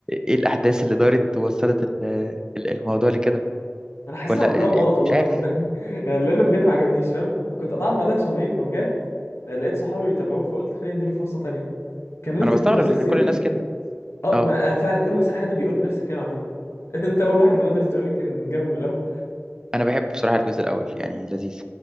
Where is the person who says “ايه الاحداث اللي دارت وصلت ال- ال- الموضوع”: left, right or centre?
Right